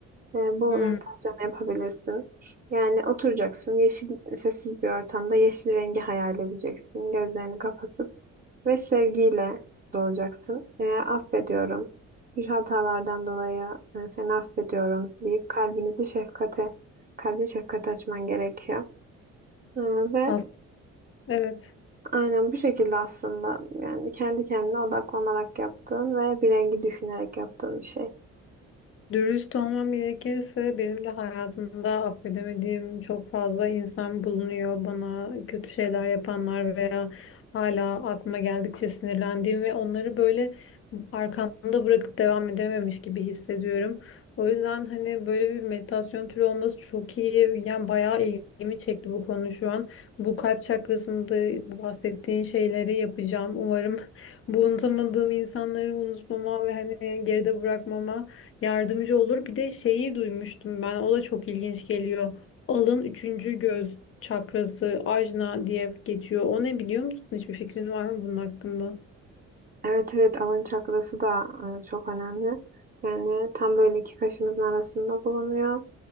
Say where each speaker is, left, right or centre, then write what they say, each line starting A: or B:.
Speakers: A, on the right; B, on the left.
A: E, bu
B: Hmm,
A: meditasyonu yapabilirsin. Yani oturacaksın, yeşil, sessiz bir ortamda yeşil rengi hayal edeceksin. Gözlerini kapatıp ve sevgiyle doğacaksın. E, affediyorum. Bir hatalardan dolayı e, seni affediyorum deyip kalbinizi şefkate, kalbin şefkate açman gerekiyor. E, ve
B: fazla. Evet.
A: aynen bu şekilde aslında yani kendi kendine odaklanarak yaptığın ve bir rengi düşünerek yaptığın bir şey.
B: Dürüst olmam gerekirse benim de hayatımda affedemediğim çok fazla insan bulunuyor. Bana kötü şeyler yapanlar veya hala aklıma geldikçe sinirlendiğim ve onları böyle arkamda bırakıp devam edememiş gibi hissediyorum. O yüzden hani böyle bir meditasyon türü olması çok iyi. Yani bayağı ilgimi çekti bu konu şu an. Bu kalp çakrasında bu bahsettiğin şeyleri yapacağım. Umarım <laughs> bu unutamadığım insanları unutmama ve hani geride bırakmama Yardımcı olur. Bir de şeyi duymuştum ben. O da çok ilginç geliyor. Alın üçüncü göz çakrası ajna diye geçiyor. O ne biliyor musun? Hiçbir fikrin var mı bunun hakkında?
A: Evet evet alın çakrası da e, çok önemli. Yani tam böyle iki kaşımızın arasında bulunuyor